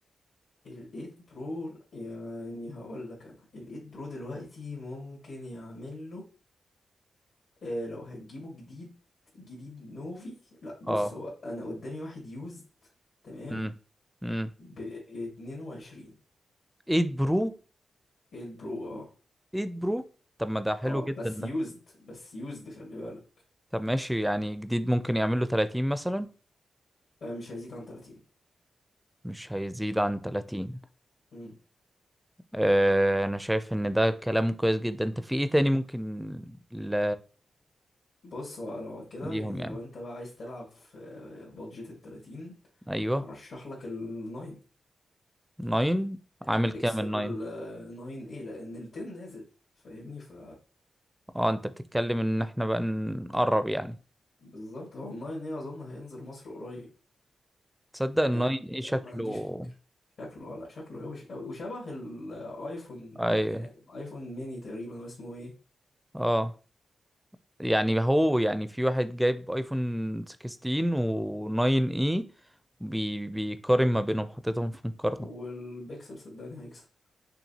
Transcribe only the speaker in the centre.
اه
امم امم
ايد برو
ايد برو طب ما ده حلو
جدا
ده
طب ماشي يعني جديد ممكن يعمل له 30 مثلا
مش هيزيد عن 30
آه انا شايف ان ده كلام كويس جدا انت في ايه تاني ممكن ل...
ليهم
يعني
ايوه
9
عامل
كام ال 9
اه انت بتتكلم ان احنا بقى نقرب يعني
تصدق ال
9 ايه
شكله
ايوه
اه يعني هو يعني في واحد جايب ايفون 16 و 9 اي بي بيقارن ما بينهم حاططهم في مقارنة